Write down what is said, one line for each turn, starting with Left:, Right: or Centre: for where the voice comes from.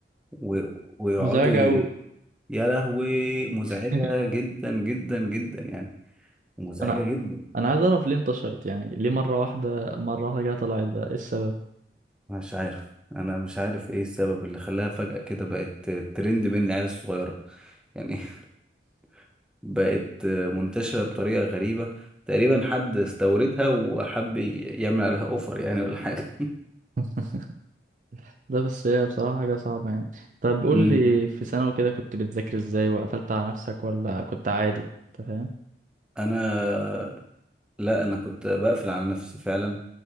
Centre: و... ويقعدوا
Right: مزعج
Centre: ي...
Right: قوي
Centre: يا لهوي مزعجة
Right: <laughs>
Centre: جدا جدا جدا يعني مزعجة
Right: انا
Centre: جدا
Right: انا عايز اعرف ليه انتشرت يعني ليه مره واحده مره واحده كده طلعت بقى ايه السبب
Centre: مش عارف انا مش عارف ايه السبب اللي خلاها فجأة كده بقت ترند بين العيال الصغيرة يعني <laughs> بقت منتشرة بطريقة غريبة تقريبا حد استوردها وحب يعمل عليها اوفر يعني ولا حاجة
Right: <laughs> ده بس هي بصراحة حاجة صعبة يعني طب
Centre: <laughs>
Right: قول
Centre: امم
Right: لي في ثانوي كده كنت بتذاكر ازاي وقفلت على نفسك ولا كنت عادي انت فاهم
Centre: انا لا انا كنت بقفل على نفسي فعلا